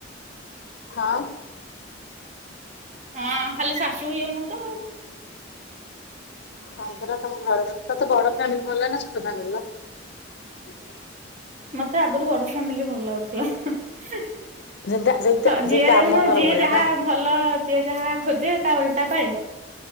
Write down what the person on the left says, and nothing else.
ହଁ।
ହଁ ପା ତମ ଘର ତତେ ବଡ ଫ୍ୟାମିଲି ଭଲ ଲାଗେ ନା ଛୋଟ ଫ୍ୟାମିଲିର।
ଯେମିତି ଯେମିତି ଯେମିତି
ଆମ ଘର
ଭଳିଆ
ନା?